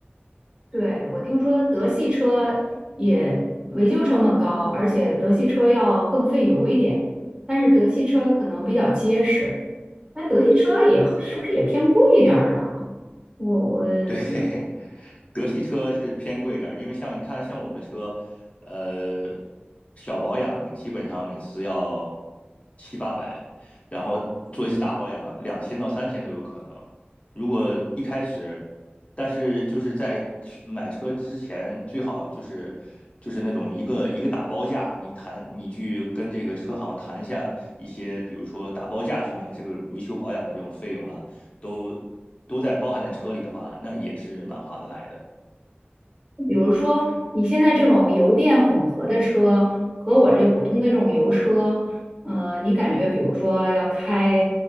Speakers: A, on the right (about 25°); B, on the left (about 35°).
A: 对，我听说德系车也维修成本高，而且德系车要更费油一点，但是德系车可能比较结实，那德系车也是不是也偏贵一点儿啊？我我。
B: 对，<laughs> 德系车是偏贵一点因为像你看，像我的车，呃，小保养基本上每次要七八百，然后做一些大保养，两千到三千都有可能。如果一开始，但是就是在买车之前，最好就是就是那种一个一个打包价，你谈你去跟这个车行谈一下一些，比如说打包价去买这个维修保养的这种费用啊，都都在包含在车里的话，那也是蛮划得来的。
A: 比如说，你现在这种油电混合的车和我这普通的这种油车，呃，你感觉比如说要开，